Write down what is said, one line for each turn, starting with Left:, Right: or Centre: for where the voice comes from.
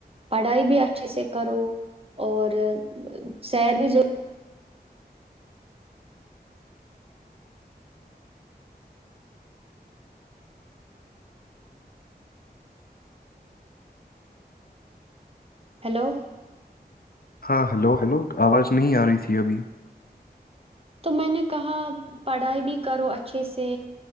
Right: پڑھائی بھی اچھے سے کرو اور سیر بھی ضور ہلو
Left: ہاں ہیلو ہلو آواز نہیں آ رہی تھی ابھی
Right: تو میں نے کہا پڑھائی بھی کرو اچھے سے